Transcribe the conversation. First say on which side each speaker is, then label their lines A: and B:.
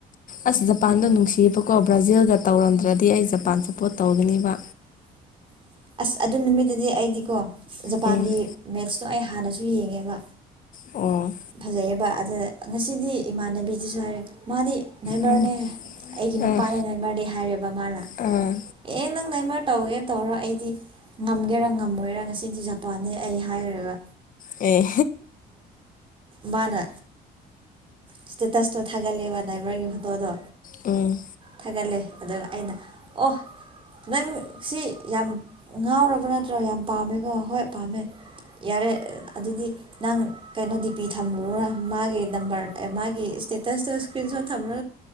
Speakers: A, on the left; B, on the right.
A: ꯑꯁ ꯖꯄꯥꯟꯗ
B: ꯎꯝ
A: ꯅꯨꯡꯁꯤꯕꯀꯣ ꯕ꯭ꯔꯥꯖꯤꯜꯒ ꯇꯧꯔꯝꯗ꯭ꯔꯗꯤ ꯑꯩ ꯖꯄꯥꯟ ꯁꯞꯄꯣꯔꯠ ꯇꯧꯒꯅꯦꯕ
B: <inaudible> ꯑꯁ ꯑꯗꯨ ꯅꯨꯃꯤꯠꯇꯨꯗꯤ ꯑꯩꯗꯤꯀꯣ ꯖꯄꯥꯟꯒꯤ
A: ꯎꯝ
B: ꯃꯦꯠꯁꯇꯣ ꯑꯩ ꯍꯥꯟꯅꯁꯨ ꯌꯦꯡꯉꯦꯕ
A: ꯑꯣ
B: ꯐꯖꯩꯑꯕ ꯑꯗ ꯉꯁꯤꯗꯤ ꯏꯃꯥꯟꯅꯕꯤꯁꯤꯁꯨ ꯍꯥꯏꯔꯦ ꯃꯥꯗꯤ ꯅꯥꯏꯃꯔꯅꯦ
A: ꯎꯝ
B: ꯑꯩꯒꯤ
A: ꯑꯥ
B: ꯅꯨꯄꯥꯅꯦ ꯅꯥꯏꯃꯔꯅꯦ ꯍꯥꯏꯔꯦꯕ ꯃꯥꯂ
A: ꯑꯥ
B: ꯑꯦ ꯅꯪ ꯅꯥꯏꯃꯔ ꯇꯧꯒꯦ ꯇꯧꯔ ꯑꯩꯗꯤ ꯉꯝꯒꯦꯔ ꯉꯝꯃꯣꯏꯔ ꯉꯁꯤꯗꯤ ꯖꯄꯥꯟꯅꯦ ꯑꯩ ꯍꯥꯏꯈꯔꯒ
A: ꯑꯦ
B: ꯃꯥꯅ ꯏꯁꯇꯦꯇꯁꯇꯣ ꯊꯥꯒꯠꯂꯦꯕ ꯗꯥꯏꯚꯔꯒꯤ ꯐꯣꯇꯣꯗꯣ
A: ꯎꯝ
B: ꯊꯥꯒꯠꯂꯦ ꯑꯗ ꯑꯩꯅ ꯑꯣ ꯅꯪ ꯁꯤ ꯌꯥꯝ ꯉꯥꯎꯔꯕ ꯅꯠꯇ꯭ꯔꯣ ꯌꯥꯝ ꯄꯥꯝꯃꯦꯀꯣ ꯍꯣꯏ ꯄꯥꯝꯃꯦ ꯌꯥꯔꯦ ꯑꯗꯨꯗꯤ ꯅꯪ ꯀꯩꯅꯣ ꯗꯤ ꯄꯤ ꯊꯝꯂꯨꯔꯣꯅ ꯃꯥꯒꯤ ꯅꯝꯕꯔ ꯃꯥꯒꯤ ꯏꯁꯇꯦꯇꯁꯇꯣ ꯏꯁꯀ꯭ꯔꯤꯟ ꯁꯣꯠ ꯊꯝꯒ